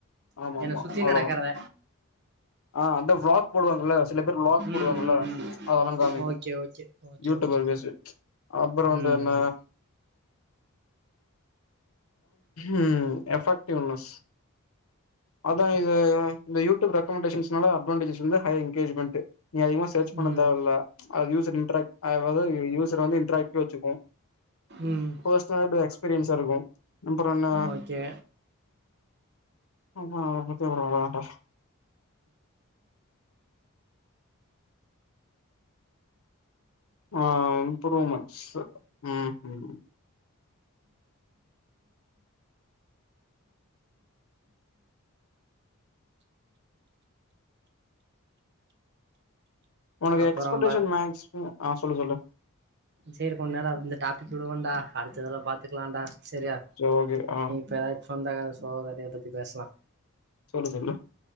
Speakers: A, on the left; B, on the right.
A: ஆமா
B: என்ன
A: ஆமா
B: சுத்தி
A: அவ்வளோதான்
B: நடக்கறத
A: ஆ அந்த வ்லாக் போடுவாங்கள்ல சில பேர் வ்லாக் போடுவாங்கல்ல
B: ம் ம் ம்
A: அதல்லா காமிக்கு
B: okay okay okay
A: YouTuber
B: okay
A: based அப்பறோ வந்து
B: ம்
A: என்ன
B: ம்
A: ம் எஃபெக்டிவ்னஸ் அதா இது இந்த யூடூப் ரெக்கமண்டேஷன்ஸ்னால அட்வான்டேஜஸ் வந்து ஹையர் என்கேஜ்மண்ட்டு நீங்க அதிகமா சர்ச் பண்ண
B: ம்
A: தேவயில்ல அது யூசர் இன்ட்ராக் <unintelligible> யூசர வந்து இன்ட்ராக்ட்டா வச்சுக்கு
B: ம்
A: பர்ஸ்சனல் டு எக்ஸ்பீரியன்ஸா இருக்கு அப்பறோ என்ன
B: ஓகே
A: அப்பறோ ஒரு பத்தியபுற வரமாட்டா ஆ இம்ப்ரூவ்மட்ஸ்ஸு ம் ம் உனக்கு
B: அப்பறம்
A: எக்ஸ்பெக்டேஷன்
B: பாத்
A: மேக்ஸ் ஆ சொல்லு சொல்லு
B: சேர் கொஞ்ச நேரோ அது இந்த டாபிக் விடுவோன்டா அடுத்ததுல பாத்துக்கலான்டா சரியா
A: சேர் ஓகே ஆ
B: த சொந்த கத சோக கதைய பத்தி பேசலா
A: சொல்லு சொல்லு